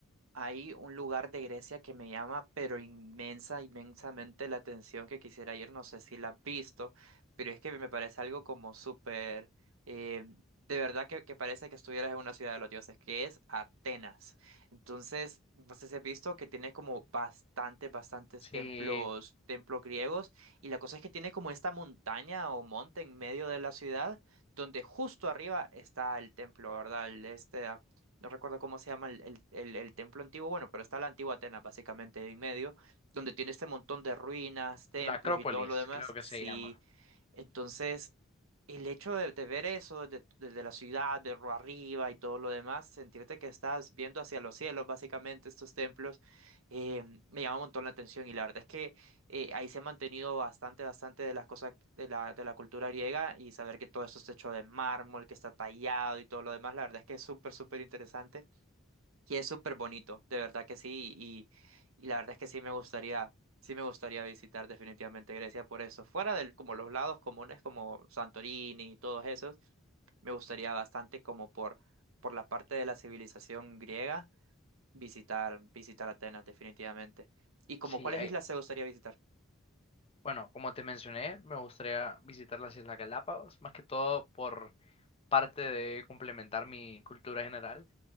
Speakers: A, on the right; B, on the left.
A: Hay un lugar de Grecia que me llama, pero inmensa, inmensamente la atención que quisiera ir. No sé si la has visto, pero es que me parece algo como súper, eh, de verdad que, que parece que estuvieras en una ciudad de los dioses, que es Atenas. Entonces, no sé si has visto que tiene como bastantes, bastantes
B: Sí,
A: templos, templos griegos, y la cosa es que tiene como esta montaña o monte en medio de la ciudad, donde justo arriba está el templo, ¿verdad? El este no recuerdo cómo se llama el, el, el- el templo antiguo, bueno, pero está la antigua Atenas básicamente en medio, donde tiene este montón de ruinas, templos
B: la Acrópolis
A: y todo lo demás.
B: creo que
A: Sí,
B: se llama.
A: entonces el hecho de, de ver eso desde, desde la ciudad, de ro- arriba y todo lo demás, sentirte que estás viendo hacia los cielos básicamente estos templos, eh, me llama un montón la atención y la verdad es que eh, ahí se ha mantenido bastante, bastante de las cosas de la, de la cultura griega y saber que todo eso es hecho de mármol, que está tallado y todo lo demás, la verdad es que es súper, súper interesante y es súper bonito, de verdad que sí, y, y la verdad es que sí me gustaría, sí me gustaría visitar definitivamente Grecia por eso, fuera de como los lados comunes como Santorini y todos esos, me gustaría bastante como por, por la parte de la civilización griega visitar, visitar Atenas definitivamente. ¿Y como
B: Sí,
A: cuáles
B: hay-
A: islas se gustaría visitar?
B: bueno, como te mencioné, me gustaría visitar las Islas Galápagos, más que todo por parte de complementar mi cultura general,